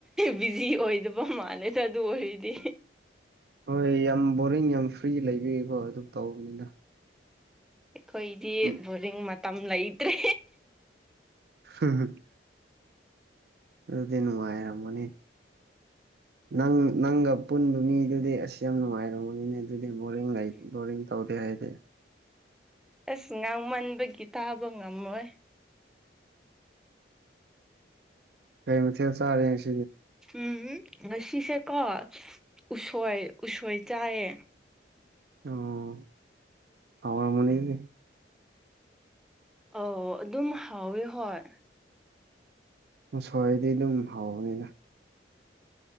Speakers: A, in the centre; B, on the right (about 55°).
A: ꯕꯤꯖꯤ ꯑꯣꯏꯗꯕ ꯃꯥꯜꯂꯦꯗ ꯑꯗꯨ ꯑꯣꯏꯔꯗꯤ
B: ꯍꯣꯏ ꯌꯥꯝ ꯕꯣꯔꯤꯡ ꯌꯥꯝ ꯐ꯭ꯔꯤ ꯂꯩꯕꯒꯤꯀꯣ ꯑꯗꯨꯝ ꯇꯧꯕꯅꯤꯅ
A: ꯑꯩꯈꯣꯏꯒꯤꯗꯤ
B: ꯎꯝ
A: ꯕꯣꯔꯤꯡ ꯃꯇꯝ ꯂꯩꯇ꯭ꯔꯦ
B: <unintelligible> ꯑꯗꯨꯗꯤ ꯅꯨꯡꯉꯥꯏꯔꯝꯃꯅꯤ ꯅꯪ ꯅꯪꯒ ꯄꯨꯟꯕ ꯃꯤꯗꯨꯗꯤ ꯑꯁ ꯌꯥꯝ ꯅꯨꯡꯉꯥꯏꯔꯃꯅꯤꯅꯦ ꯑꯗꯨꯗꯤ ꯕꯣꯔꯤꯡ ꯂꯩ ꯕꯣꯔꯤꯡ ꯇꯧꯗꯦ ꯍꯥꯏꯗꯤ
A: ꯑꯁ ꯉꯥꯡꯃꯟꯕꯒꯤ ꯇꯥꯕ ꯉꯝꯃꯣꯏ
B: ꯀꯩ ꯃꯊꯦꯜ ꯆꯥꯔꯦ ꯉꯁꯤ
A: ꯎꯝ ꯉꯁꯤꯁꯦꯀꯣ ꯎꯁꯣꯏ ꯎꯁꯣꯏ ꯆꯥꯏꯌꯦ
B: ꯑꯣ ꯍꯥꯎꯔꯝꯒꯅꯤ
A: ꯑꯥꯎ ꯑꯗꯨꯝ ꯍꯥꯎꯋꯦ ꯍꯣꯏ
B: ꯎꯁꯣꯏꯗꯤ ꯑꯗꯨꯝ ꯍꯧꯕꯅꯤꯗ